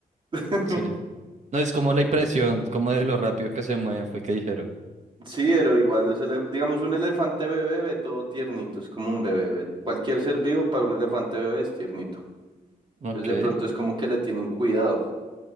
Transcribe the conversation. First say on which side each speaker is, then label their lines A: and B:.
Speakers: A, on the right; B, on the right.
A: <laughs>
B: Sí. No, es como la impresión, como de lo rápido que se mueven, fue que dijeron.
A: Sí, pero igual, los ele- digamos, un elefante bebé ve todo tiernito, es como un bebé, ve- Cualquier ser vivo para un elefante bebé es tiernito.
B: Ok.
A: Entonces de pronto es como que le tienen cuidado.